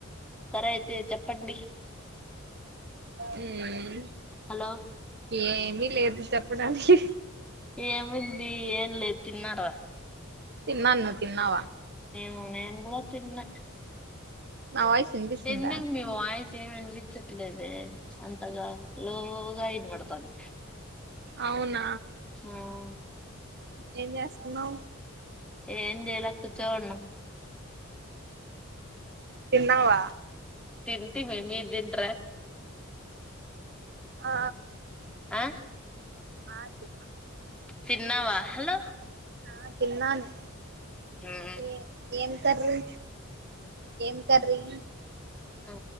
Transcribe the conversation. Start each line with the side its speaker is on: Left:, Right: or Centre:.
Centre: సరే అయితె చెప్పండి
Right: ఉమ్మ్
Centre: హలో
Right: ఏమి లేదు చెప్పడానికి
Centre: ఏముంది ఏం లేదు తిన్నార
Right: తిన్నాను నువ్ తిన్నావ
Centre: ఉ నేను కూడ తిన్న
Right: నా వాయిస్ వినిపిస్తుందా
Centre: ఎందుకు మీ వాయిస్ ఏం వినిపిచ్చట్లేదే అంతగా లో గ ఇన్బడతాంది
Right: అవున
Centre: ఉమ్
Right: ఏం జేస్తున్నవ్
Centre: ఏం జేయల కూర్చో ఉన్న
Right: తిన్నావ
Centre: తింటిమి మీర్ తింట్ర
Right: ఆ
Centre: అ
Right: ఆ తిన్నా
Centre: తిన్నావ హలో
Right: ఆ తిన్నాను
Centre: మ్మ్
Right: ఏ ఏం కర్రీ ఏం కర్రీ
Centre: ఆ